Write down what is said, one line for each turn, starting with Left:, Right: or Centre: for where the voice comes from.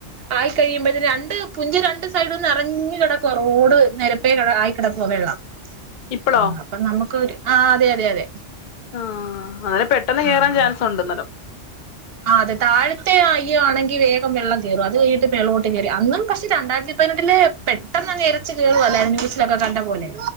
Right: ആയി കഴിയുമ്പേത്തിന് രണ്ട് പുഞ്ച് രണ്ട് സൈഡും നെറഞ്ഞ് കിടക്കുവാ. റോഡ് നെര പ്പെ കെട ആയിക്കിടക്കുവാ വെള്ളം.
Left: ഇപ്പളോ
Right: ആഹ് അപ്പം നമുക്കൊര് ആഹ് അതെ അതെ അതെ.
Left: ആഹ് അങ്ങനെ പെട്ടെന്ന്
Right: ആഹ്
Left: കേയറാൻ ചാൻസ് ഉണ്ടെന്നേരം
Right: ആഹ് അതെ താഴത്തെ അയ്യ ആണെങ്കിൽ വേഗം വെള്ളം കയറും അത് കഴിഞ്ഞിട്ട് മെലോട്ട് കയറി അന്നും പക്ഷെ രണ്ടായിരത്തി പതിനട്ടിലെ പെട്ടെന്ന് അങ്ങ് ഇരച്ചുകയറു വല്ല ന്യൂസിലൊക്കെ കണ്ട പോലെ